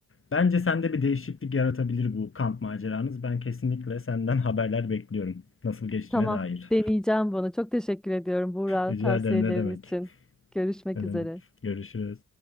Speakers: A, on the left; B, in the centre.
A: Bence sende bir değişiklik yaratabilir bu kamp maceranız. Ben kesinlikle senden <laughs> haberler bekliyorum. Nasıl geçtiğine
B: Tamam,
A: dair.
B: deneyeceğim bunu. Çok teşekkür ediyorum Buğra
A: Rica
B: tavsiyelerin
A: ederim ne demek.
B: için. Görüşmek
A: Ne demek.
B: üzere.
A: Görüşürüz.